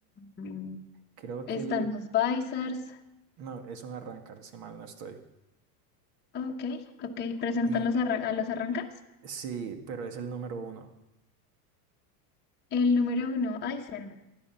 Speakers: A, on the left; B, on the right.
A: mm,
B: Creo
A: están
B: que él,
A: los Bizars.
B: no, es un arrancar, si mal no estoy.
A: Ok, ok. Presentan
B: Y
A: los arra- a los arrancars.
B: sí, pero es el número uno.
A: El número uno, Aizen.